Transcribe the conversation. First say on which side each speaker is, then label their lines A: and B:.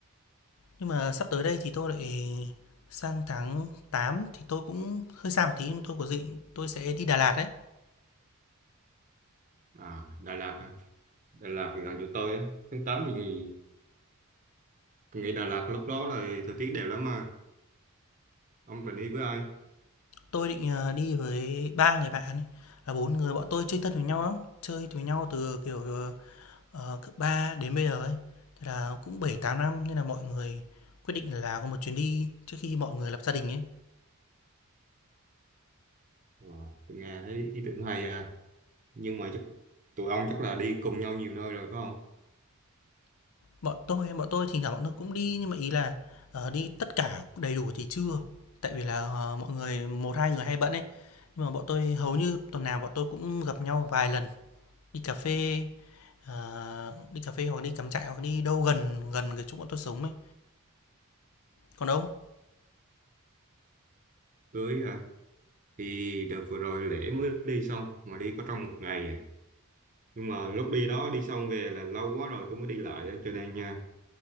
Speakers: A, on the left (about 70°); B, on the right (about 35°).
A: Nhưng mà sắp tới đây thì tôi lại sang tháng 8 thì tôi cũng hơi xa một tí. Nhưng tôi có định tôi sẽ đi Đà Lạt ấy.
B: À Đà Lạt. á. Đà Lạt thì gần chỗ tôi á. Tháng 8 thì nghỉ, tôi nghĩ Đà Lạt lúc đó là thời tiết đẹp lắm mà. Ông định đi với ai?
A: Tôi định ờ, đi với ba người bạn ấy. Là bốn người bọn tôi chơi thân với nhau lắm. Chơi với nhau từ kiểu ờ, Ờ, cấp 3 đến bây giờ ấy, thì là cũng bảy tám năm nên là mọi người quyết định là có một chuyến đi trước khi mọi người lập gia đình ấy.
B: Wow, tôi nghe thấy ý tưởng hay à. Nhưng mà chắc tụi ông chắc là đi cùng nhau nhiều nơi rồi phải không?
A: Bọn tôi bọn tôi thỉnh thoảng bọn tôi cũng đi nhưng mà ý là, ờ, đi tất cả đầy đủ thì chưa, tại vì là, ờ, mọi người một hai người hay bận ấy. Nhưng mà bọn tôi hầu như tuần nào bọn tôi cũng gặp nhau vài lần, đi cà phê, ờ, đi cà phê hoặc đi cắm trại hoặc đi đâu gần gần cái chỗ bọn tôi sống ấy. Còn ông,
B: Cưới hả? thì đợt vừa rồi lễ mới đi xong mà đi có trong một ngày à. nhưng mà lúc đi đó đi xong về là lâu quá rồi tôi mới đi lại á, cho nên nha